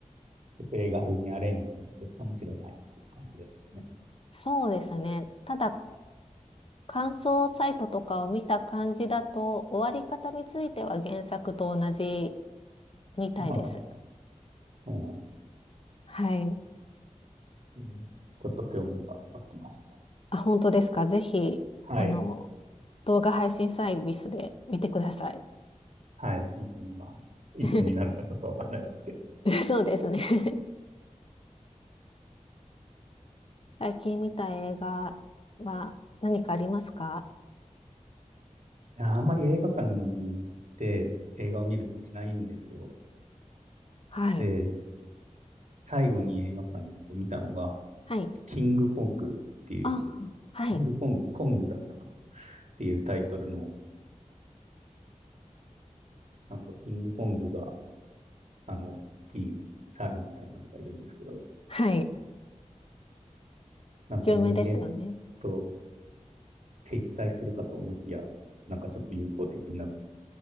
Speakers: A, on the right; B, on the left.
A: ちょっと映画風にアレンジされてるかもしれないっていう感じですかね。
B: そうですね。ただ感想サイトとかを見た感じだと、終わり方については原作と同じみたいです。
A: <laughs> そうなんです、
B: はい。
A: うん。ちょっと興味が湧きました。
B: あ、本当ですか。ぜひ、
A: はい。
B: あの、動画配信サービスで見てください。
A: はい。見てみます。いつになるかちょっとわかんないですけど。
B: <laughs> そうですね。<laughs> 最近見た映画は何かありますか
A: いや、あんまり映画館に行って映画を見るってしないんですよ。
B: はい。
A: で、最後に映画館に行って見たのが、
B: はい。
A: キングコングっていう、
B: あ、はい。
A: キングコング、コングだったかなっていうタイトルの、なんかキングコングが、あの、大きい猿みたいなのがいるんですけど、
B: はい。
A: なんか人間
B: 有名ですよね。
A: と敵対するかと思いきや、なんかちょっと友好的になっ